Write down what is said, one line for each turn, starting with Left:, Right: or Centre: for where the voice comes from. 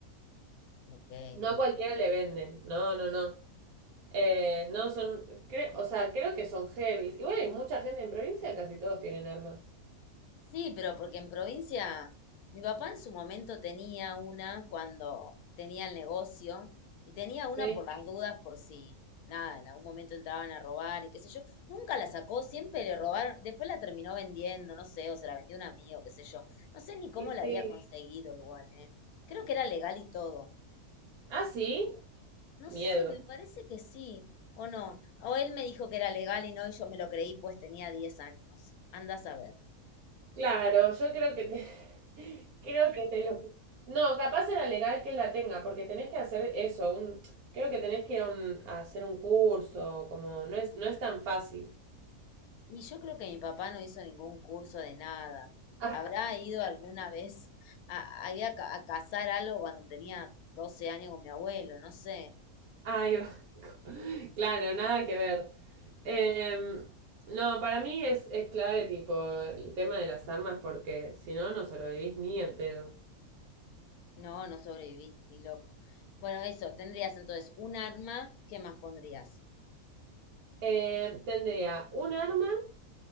Left: ok.
Right: No a cualquiera le venden. No, no, no. Eh, no son. cre- o sea, creo que son heavies. Igual hay mucha gente en provincia, casi todos tienen armas.
Left: Sí, pero porque en provincia, mi papá en su momento tenía una cuando tenía el negocio y tenía una
Right: Sí.
Left: por las dudas por si, nada, en algún momento entraban a robar y qué sé yo. Nunca la sacó, siempre le robaron. Después la terminó vendiendo, no sé, o se la vendió un amigo, qué sé yo. No sé ni cómo
Right: Y sí.
Left: la había conseguido igual, ¿eh? Creo que era legal y todo.
Right: Ah, sí.
Left: No sé,
Right: Miedo.
Left: me parece que sí, o no. O él me dijo que era legal y no, y yo me lo creí, pues tenía 10 años. Anda a saber.
Right: Claro, yo creo que te. <laughs> Creo que te lo. No, capaz era legal que la tenga, porque tenés que hacer eso. Un, creo que tenés que ir a, un- a hacer un curso. Como no es, no es tan fácil.
Left: Y yo creo que mi papá no hizo ningún curso de nada.
Right: Ah,
Left: ¿Habrá ido alguna vez a, a, ir a ca- a cazar algo cuando tenía 12 años con mi abuelo? No sé.
Right: ahí va. <laughs> Claro, nada que ver. Em, no, para mí es, es clave, tipo, el tema de las armas, porque si no, no sobrevivís ni en pedo.
Left: No, no sobreviví, ni loco. Bueno, eso, tendrías entonces un arma, ¿qué más pondrías?
Right: Em, tendría un arma,